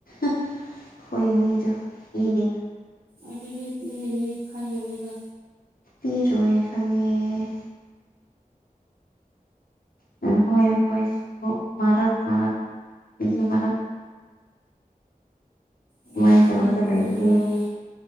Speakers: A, on the left (about 75°); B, on the right (about 80°).
A: ꯑꯈꯣꯏ ꯃꯤꯗꯣ ꯏꯔꯤꯅ꯫
B: ꯑꯗꯨꯗꯤ ꯄꯤꯒꯅꯤ ꯈꯟꯒꯅꯤꯕ꯫
A: ꯄꯤꯔꯣꯏ ꯈꯪꯉꯦ꯫ <inaudible>
B: ꯊꯥ
A: ꯃꯥꯏ
B: ꯈꯨꯗꯤꯡ
A: ꯇꯧꯔꯒ
B: ꯄꯤꯌꯨ
A: ꯂꯩꯌꯦ꯫
B: ꯍꯥꯏꯌꯦ